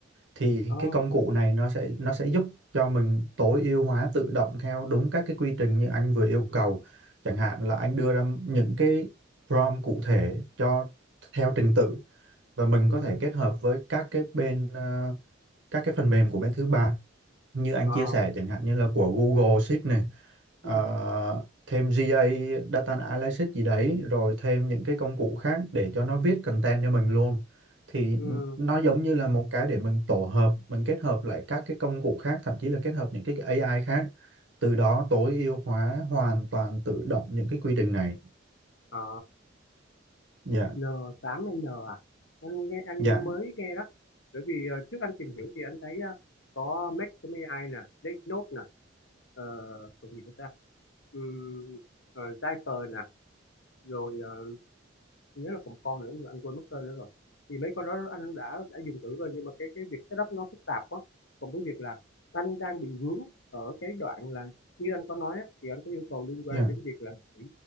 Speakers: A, on the right; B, on the left.
A: Thì
B: ờ
A: cái công cụ này nó sẽ nó sẽ giúp cho mình tối ưu hóa tự động theo đúng các cái quy trình như anh vừa yêu cầu. Chẳng hạn là anh đưa ra những cái prompt cụ thể cho theo trình tự và mình
B: ừ
A: có thể kết hợp với các cái bên ờ, các cái phần mềm của bên thứ ba như anh
B: ờ
A: chia sẻ chẳng hạn như là của Google Sheet này ờ,
B: ừ
A: thêm giê A Data Analysis gì đấy rồi thêm những cái công cụ khác để cho nó viết content cho mình luôn thì
B: ừ
A: nó giống như là một cái để mình tổ hợp mình kết hợp lại các cái công cụ khác thậm chí là kết hợp những cái AI khác từ đó tối ưu hóa hoàn toàn tự động những cái quy trình này
B: ờ
A: dạ
B: N8N à? Anh nghe anh
A: dạ
B: mới nghe đó. Bởi vì ờ, trước anh tìm hiểu thì anh thấy ờ, có Make.ai nè, Lake Note nè, ờ, còn gì nữa ta? Um, Zyper nè, rồi ờ, nhớ là còn một con nữa nhưng mà anh quên mất tên nữa rồi thì mấy con đó anh đã đã dùng thử rồi nhưng mà cái cái việc setup nó phức tạp quá cộng với việc là anh đang bị vướng ở cái đoạn là như anh có nói á, thì anh có yêu cầu liên quan
A: dạ
B: đến việc là gửi